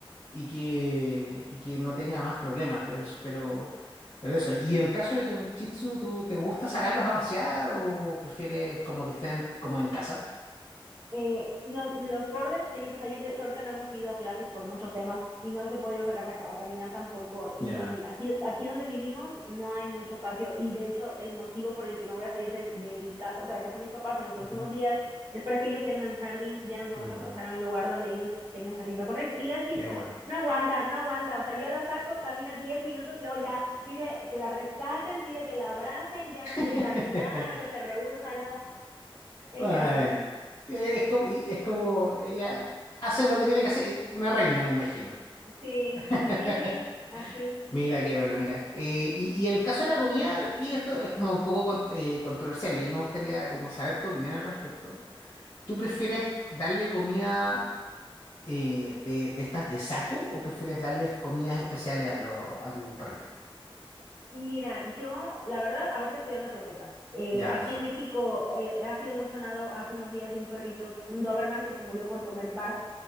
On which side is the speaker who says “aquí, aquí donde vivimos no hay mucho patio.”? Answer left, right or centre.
Right